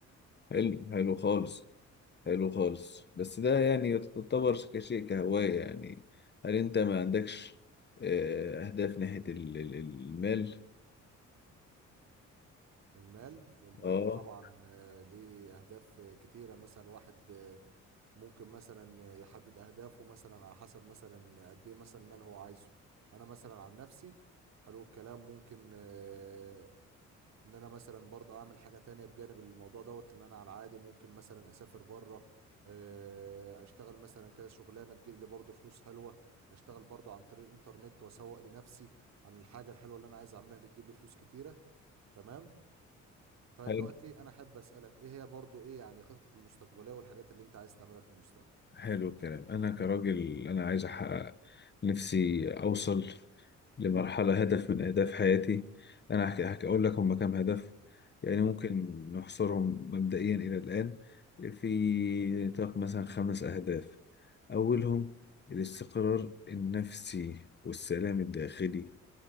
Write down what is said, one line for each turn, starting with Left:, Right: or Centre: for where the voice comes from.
Left: حلو حلو خالص حلو خالص بس ده يعني يعتبر كشيء كهواية يعني هل انت ما عندكش آه، اهداف ناحية ال- ال- المال
Right: المال المال
Left: اه
Right: ده طبعا آه، ليه أهداف آه، كتيرة مثلا واحد آه، ممكن مثلا يحدد أهدافه مثلا على حسب مثلا قد إيه مثلا مال هو عايزه أنا مثلا عن نفسي حلو الكلام ممكن آه، إن أنا مثلا برضه أعمل حاجة تانية بجانب الموضوع دوت إن أنا على العادي ممكن مثلا أسافر بره آه، أشتغل مثلا كذا شغلانة تجيب لي برضه فلوس حلوة أشتغل برضه عن طريق الإنترنت وأسوق لنفسي عن الحاجة الحلوة اللي أنا عايز أعملها اللي تجيب لي فلوس كتيرة تمام فدلوقتي
Left: حاجة
Right: انا احب اسالك ايه هي برضو ايه يعني خططك المستقبليه والحاجات اللي انت عايز تعملها في المستقبل
Left: حلو الكلام انا كراجل انا عايز احقق نفسي اوصل لمرحلة هدف من اهداف حياتي انا هحكي هحكي اقول لك هم كام هدف يعني ممكن
Right: مم.
Left: نحصرهم مبدئيا الى الان في نطاق مثلا خمس اهداف اولهم الاستقرار النفسي والسلام الداخلي